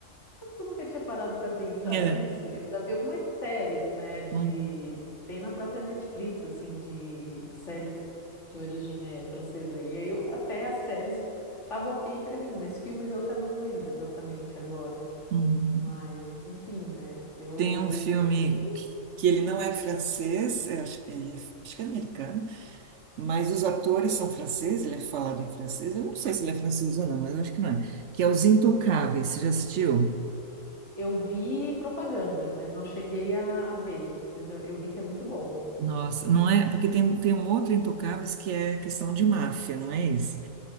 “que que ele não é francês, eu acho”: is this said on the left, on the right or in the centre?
Right